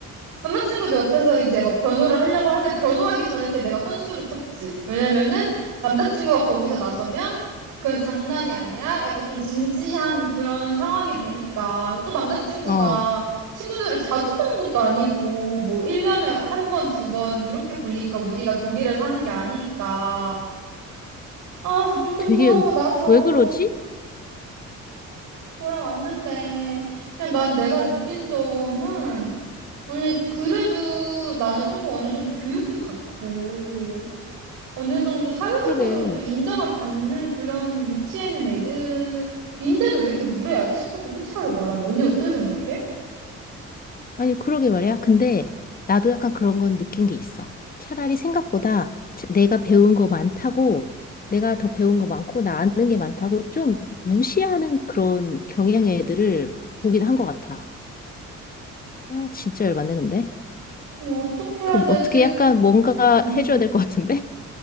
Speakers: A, on the right; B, on the left.
A: 남자친구도 옆에서 이제 막 변호를 하려고 하는데 변호하기 전에 그냥 내가 선수로 쳤지. 왜냐면은 남자친구가 거기서 나서면 그건 장난이 아니라 약간 좀 진지한 그런 상황이 되니까 또 남자친구가
B: 어, 어,
A: 친구들을 자주 보는 것도 아니고 뭐 1년에 한 번, 두 번 이렇게 보니까 우리가 독일에 사는 게 아니니까. 아, 아무튼
B: 되게,
A: 그러고 나서
B: 왜 그러지?
A: 돌아왔는데, 그냥 난 내가 느낀 점은, 아니, 그래도 나는 조금 어느 정도 교육도 받고, 어느 정도 사회적으로도
B: 그러게.
A: 인정을 받는 그런 위치에 있는 애들인데도 왜 이렇게 무례하지 싶었어, 솔직하게 말하면. 언니 어떻게 생각해?
B: 아니, 그러게 말이야. 근데 나도 약간 그런 건 느낀 게 있어. 차라리 생각보다 차- 내가 배운 거 많다고, 내가 더 배운 거 많고, 나 아는 게 많다고 좀 무시하는 그런 경향의 애들을 보긴 한 것 같아. 아, 진짜 열받네, 근데.
A: 그럼 어떻게 해야
B: 그럼
A: 되지?
B: 어떻게 약간 뭔가
A: 음,
B: 해줘야 될 것 같은데?